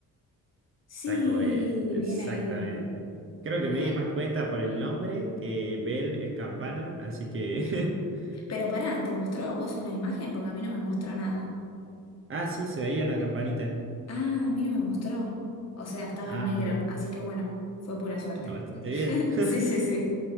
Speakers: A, on the left; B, on the right.
A: Sí,
B: Taco Bell, exactamente.
A: bien ahí.
B: Creo
A: Muy
B: que
A: bien.
B: me di más cuenta por el nombre que Bell es campana, así que <laughs>
A: Pero pará, ¿te mostró a vos una imagen? Porque a mí no me mostró nada.
B: Ah, sí, se veía una campanita.
A: Ah, a mí no me mostró. O sea, estaba
B: Ah,
A: en negro,
B: mira.
A: así que bueno, fue pura suerte.
B: Bueno, bastante bien.
A: <laughs>
B: <laughs>
A: Sí, sí, sí.